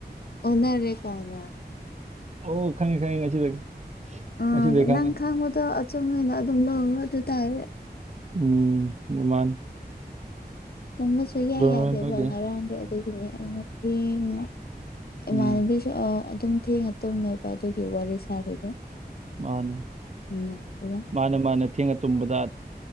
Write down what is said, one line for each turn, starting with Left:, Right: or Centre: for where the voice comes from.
Left: ꯑꯣꯟꯅꯔꯦ ꯀꯥꯏꯅ
Right: ꯑꯣ ꯈꯪꯉꯦ ꯈꯪꯉꯦ ꯉꯁꯤꯗꯒꯤ
Left: ꯑꯥ
Right: ꯉꯁꯤꯗꯒꯤ ꯈꯪꯉꯅꯤ
Left: ꯅꯪ ꯈꯪꯕꯗꯣ ꯑꯆꯨꯝ ꯑꯣꯏꯅ ꯑꯗꯨꯝ ꯂꯧꯔꯣ ꯑꯗꯨꯏ ꯇꯥꯔꯗꯤ
Right: ꯎꯝ ꯃꯥꯅ <inaudible>
Left: ꯇꯨꯝꯕ ꯁꯨꯛꯌꯥ ꯌꯥꯗꯦꯕ
Right: ꯅꯣꯏ ꯅꯣꯏꯗꯤ
Left: ꯉꯔꯥꯡꯗꯤ ꯑꯗꯨꯒꯤꯅꯦ ꯑꯩꯅ ꯊꯦꯡꯉ ꯏꯃꯥꯟꯅꯕꯤ
Right: ꯎꯝ
Left: ꯑꯣ ꯑꯗꯨꯝ ꯊꯦꯡꯉ ꯇꯨꯝꯃꯦꯕ ꯑꯗꯨꯒꯤ ꯋꯥꯔꯤ ꯁꯥꯔꯤꯕ
Right: ꯃꯥꯅꯦ
Left: ꯅꯨꯡꯗꯥꯡꯗꯨꯗ
Right: ꯃꯥꯅꯦ ꯃꯥꯅꯦ ꯊꯦꯡꯉ ꯇꯨꯝꯕꯗ